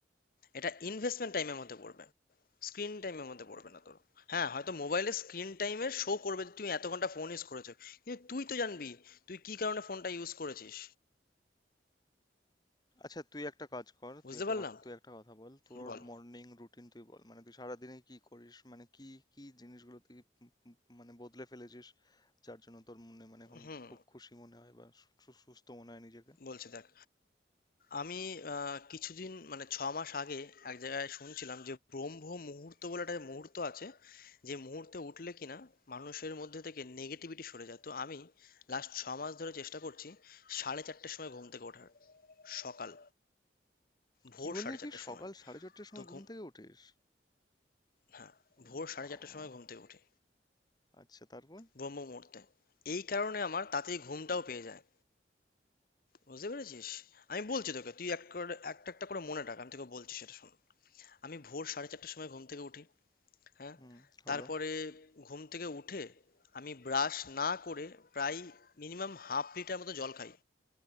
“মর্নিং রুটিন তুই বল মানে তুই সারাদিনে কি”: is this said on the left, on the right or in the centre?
Left